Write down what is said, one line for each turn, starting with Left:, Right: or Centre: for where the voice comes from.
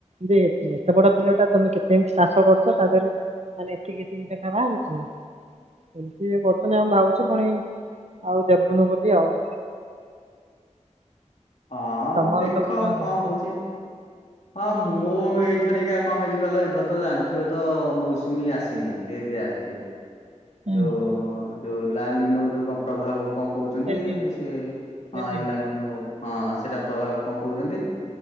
Right: ଯେ ଏତ ଏତେ ବଡ ବିଲ ଟା ତମେ କେତେ ଏମତି ଚାଷ କରୁଛ ତା ଦେହରୁ ମାନେ ଏତିକି ଏତିକି ଦେଖା ବାହାରୁଚି। ଏମିତି ଇଏ କରୁଛନ୍ତି ଆମେ ଭାବୁଛୁ ପୁଣି ଆଉ ଦେବୁନୁ ବୋଲି ଆଉ।
Left: ହଁ
Right: ତମର
Left: ଦେଖ
Right: ସବୁ କେମିତି?
Left: କଣ ହଉଛି। ହଁ ମୁଁ ଏଇଥରିକା କଣ ହେଇଛି କହିଲ ଏବେ ତ ଜାଣିଥିବ ତ ମୌସୁମୀ ଆସିନି ଡେରିରେ ଆସିଚି।
Right: ହୁଁ
Left: ଯୋଉ ଯୋଉ ଲାଲିନୋ ଯୋଉ କଣ ପ୍ରଭାବ କଣ କହୁଛନ୍ତି
Right: ଏଲିନି
Left: ସେ ହଁ
Right: ଏଲିନି
Left: ଏ ଲାଈନୁ ରୁ ହଁ ସେଟା ପ୍ରଭାବ କଣ କହୁଛନ୍ତି